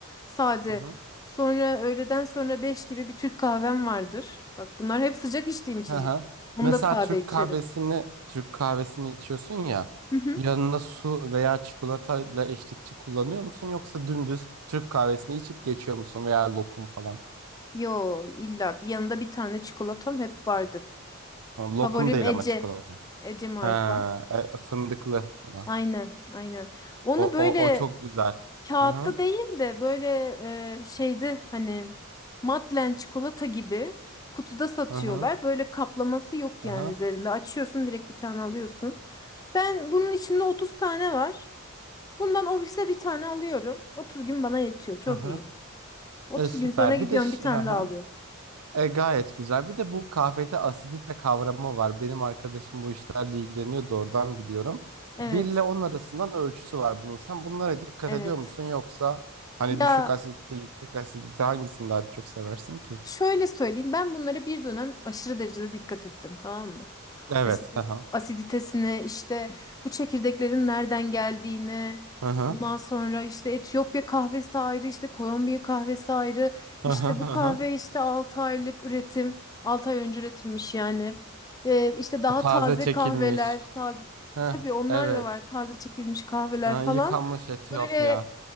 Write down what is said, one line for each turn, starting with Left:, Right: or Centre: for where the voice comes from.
Left: Sade.
Right: Hı hı.
Left: Sonra öğleden sonra 5 gibi bir Türk kahvem vardır. Bak bunlar hep sıcak içtiğim içecek.
Right: Hı hı.
Left: Onu
Right: Mesela
Left: da sade
Right: Türk
Left: içerim.
Right: kahvesini Türk kahvesini içiyorsun ya
Left: Hı hı.
Right: yanına su veya çikolatayla eşlikçi kullanıyor musun yoksa dümdüz Türk kahvesini içip geçiyor musun veya lokum falan?
Left: Yo illa bir- yanında bir tane çikolatam hep vardır.
Right: Ha, Lokum
Left: Favorim
Right: değil
Left: Ece.
Right: ama çikolata.
Left: Ece marka.
Right: Ha, e, fındıklı olan.
Left: Aynen, aynen. Onu
Right: O,
Left: böyle
Right: o, o çok güzel.
Left: Kağıtta
Right: Hı hı.
Left: değil de böyle e, şeydi hani Madlen çikolata gibi kutuda satıyorlar.
Right: Hı hı.
Left: Böyle kaplaması yok yani
Right: Hı hı.
Left: üzerinde. Açıyorsun direkt bir tane alıyorsun. Ben bunun içinde 30 tane var. Bundan ofise bir tane alıyorum. 30 gün bana yetiyor. Çok
Right: Hı hı.
Left: iyi. 30
Right: E, süper.
Left: gün sonra gidiyorum
Right: Bir de ş-
Left: bir tane
Right: hı hı.
Left: daha alıyorum.
Right: E, gayet güzel. Bir de bu kahvede asidite kavramı var. Benim arkadaşım bu işlerle ilgileniyordu. Oradan biliyorum.
Left: Evet.
Right: 1 ile 10 arasından ölçüsü var bunun. Sen bunlara dikkat
Left: Evet.
Right: ediyor musun yoksa hani
Left: Ya
Right: düşük asidite, yüksek asidite hangisini daha çok seversin ki?
Left: Şöyle söyleyeyim ben bunlara bir dönem aşırı derecede dikkat ettim tamam mı?
Right: Evet.
Left: Asidit,
Right: Hı hı.
Left: asiditesine işte bu çekirdeklerin nereden geldiğine,
Right: Hı hı.
Left: ondan sonra işte Etiyopya kahvesi ayrı işte Kolombiya kahvesi ayrı işte
Right: Hı hı hı
Left: bu kahve
Right: hı.
Left: işte 6 aylık üretim 6 ay önce üretilmiş yani ee, işte daha
Right: Taze
Left: taze
Right: çekilmiş.
Left: kahveler taze
Right: Hı.
Left: tabii onlar
Right: Evet.
Left: da var taze çekilmiş kahveler
Right: Hı,
Left: falan.
Right: yıkanmış Etiyopya.
Left: Böyle